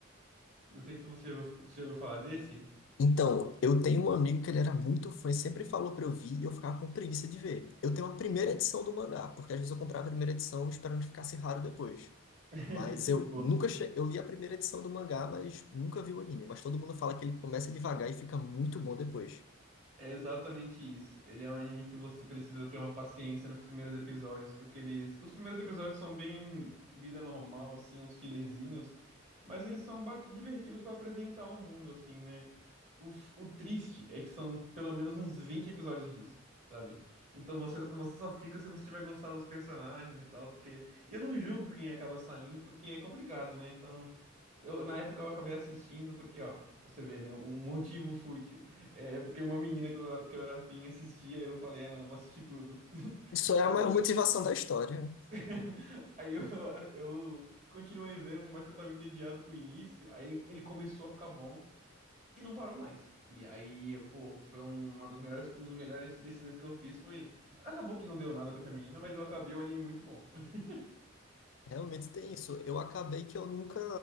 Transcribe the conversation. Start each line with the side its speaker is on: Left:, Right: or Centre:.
Right: Não sei se você já ouviu, você já ouviu falar desse.
Left: Então, eu tenho um amigo que ele era muito fã e sempre falou para eu vir e eu ficava com preguiça de ver. Eu tenho a primeira edição do mangá, porque às vezes eu comprava a primeira edição esperando que ficasse raro depois.
Right: <laughs>
Left: Mas eu
Right: Boa.
Left: nunca che... eu li a primeira edição do mangá, mas nunca vi o anime. Mas todo mundo fala que ele começa devagar e fica muito bom depois.
Right: É exatamente isso. Ele é um anime que você precisa ter uma paciência nos primeiros episódios, porque eles. Os primeiros episódios são bem vida normal, assim, uns fillerzinhos, mas eles são ba- divertidos pra apresentar o mundo, assim, né? O, f- o triste é que são pelo menos uns 20 episódios disso, sabe? Então você, você só fica se você tiver gostado dos personagens e tal, porque. E eu não julgo quem acaba saindo, porque é complicado, né? Então. Eu- na época eu acabei assistindo porque, ó, você vê, né? Um motivo fútil. É é porque uma menina que eu, era- que eu era afim assistia, eu falei, ah, não, vou assistir tudo. <laughs>
Left: Isso é
Right: Aí
Left: a maior
Right: eu, aca-
Left: motivação da história.
Right: <laughs> aí eu, eu continuei vendo, por mais que eu tava entediado com o início. Aí ele começou a ficar bom e não parou mais. E aí, eu, pô, foi uma das melhores, um dos melhores decisões que eu fiz foi. Acabou que não deu nada com essa menina, mas eu acabei um anime muito bom. <laughs>
Left: Realmente tem isso. Eu acabei que eu nunca.